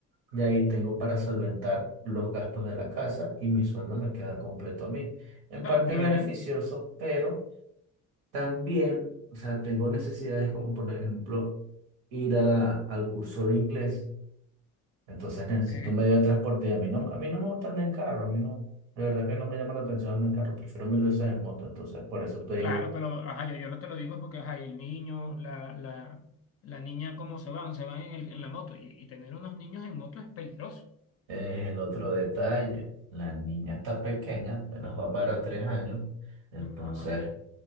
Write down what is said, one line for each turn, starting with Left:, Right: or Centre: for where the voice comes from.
Right: De ahí tengo para solventar los gastos de la casa y mi sueldo me queda completo a mí. En
Left: También,
Right: parte beneficioso, pero también, o sea, tengo necesidades como por ejemplo ir a- al curso de inglés. Entonces necesito
Left: ok.
Right: un medio de transporte y a mí no, a mí no me gusta andar en carro, a mí no, de verdad que no me llama la atención andar en carro, prefiero mil veces en moto. Entonces por eso estoy,
Left: Claro, pero ajá, yo, yo lo te lo digo es porque ajá, y el niño, la, la, la niña, ¿cómo se van? Se van en, el- en la moto. Y, y tener unos niños en moto es peligroso.
Right: es el otro detalle. La niña está pequeña, apenas va para tres años. Entonces...
Left: Ajá.